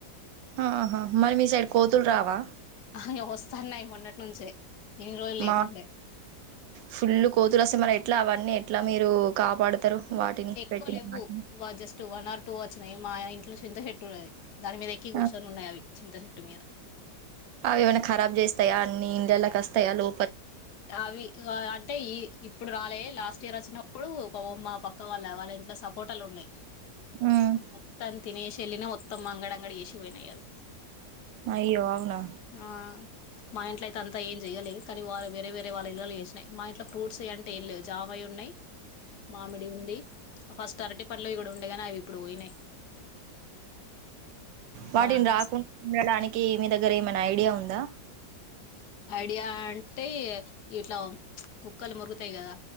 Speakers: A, on the right; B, on the left.
A: ఆహా మరి మీ సైడ్ కోతులు రావా
B: ఇగ వస్తన్నయి మొన్నటి నుంచే ఇన్ని రోజులు లేకుండే
A: మా ఫుల్లు కోతులస్తే మల్ల ఎట్లా అవన్నీ ఎట్లా మీరు కాపాడుతారు వాటిని
B: ఎక్కువ
A: పెట్టిన
B: లేవ్వు
A: వాటిని
B: జస్ట్ వన్ ఆర్ టూ వచ్చినయి మా ఇం ట్ల చింత చెట్టు ఉన్నది దాని మీద ఎక్కి కూసోని
A: ఆ,
B: ఉన్నయి అవి చింత చెట్టు మీద
A: అవి ఏమైనా ఖరాబ్ చేస్తాయా అన్ని ఇండ్లలల్లకి వస్తాయా లో
B: అవి అంటే ఈ ఇప్పుడు రాలే లాస్ట్ ఇయర్ వచ్చినప్పుడు పాపం మా పక్క వాళ్ళ వాళ్ళ ఇంట్లో సపోటాలునై
A: ఉమ్
B: మొత్తం తినేసి ఎల్లినయి మొత్తం అంగడి అంగడి చేసి పోయినయి అవి
A: అయ్యో అవునా
B: ఆ మా ఇంట్లో అయితే అంతా ఏం చెయ్యలే కానీ వా వేరే వేరే వాళ్ళ ఇల్లలో చేసినయి మా ఇంట్ల ఫ్రూట్స్ అంటే ఏంలేవు జామయి ఉనాయి మామిడి ఉంది ఫస్ట్ అరటి పండ్లయి గుడా ఉండే కాని అవి ఇప్పుడు పోయినయి.
A: వాటిని
B: బనానా
A: రాకుండా ఉండడానికి మీ దగ్గర ఏమన్నా ఐడియా ఉందా
B: ఐడియా అంటే ఇట్లా కుక్కలు మొరుగుతాయి కదా